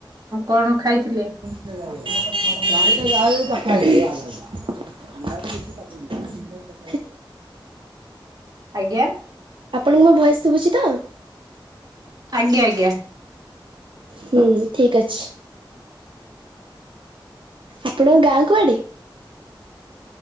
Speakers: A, on the right; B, on the right.
A: କଣ ଖାଇଥିଲେ?
B: <inaudible> <unintelligible>
A: ଆଜ୍ଞା।
B: ଆପଣଙ୍କୁ ମୋ ଭୟସ ଶୁଭୁଛି ତ?
A: ଆଜ୍ଞା ଆଜ୍ଞା।
B: ହୁଁ, ଠିକ ଅଛି। ଆପଣଙ୍କ ଗାଁ କୁଆଡେ?